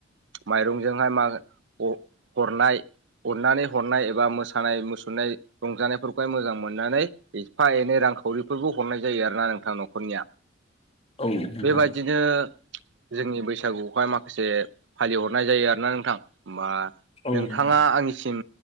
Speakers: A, on the right (about 60°); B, on the left (about 30°).
A: माइरंजोंहाय माग अ हरनाय अननानै हरनाय एबा मोसानाय मुसुरनाय रंजानायफोरखौहाय मोजां मोननानै एफा एनै रांखावरिफोरखौ हरनाय जायो आरो ना नोंथां न'खरनिया
B: औ नोंथां
A: बेबायदिनो जोंनि बैसागुखौहाय माखासे फालिहरनाय जायो आरोना नोंथां होमबा
B: औ
A: नोंथाङा
B: नोंथां
A: आंनि आंसिम